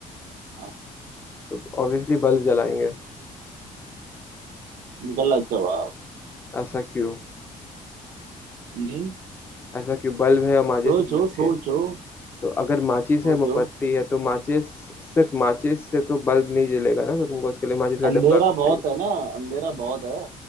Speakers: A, on the right; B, on the left.
A: हाँ,
B: तो ऑब्वियसली बल्ब जलाएंगे
A: गलत जवाब
B: ऐसा क्यों
A: हम्म
B: ऐसा क्यों बल्ब है और माचिस
A: सोचो
B: मोमबत्ती
A: सोचो
B: है तो अगर माचिस
A: सोचो
B: है मोमबत्ती है तो माचिस सिर्फ माचिस से तो बल्ब नहीं जलेगा ना तो तुमको उसके लिए माचिस का
A: अंधेरा
B: डब्बा भी
A: बहुत
B: चाहिए
A: है ना अंधेरा बहुत है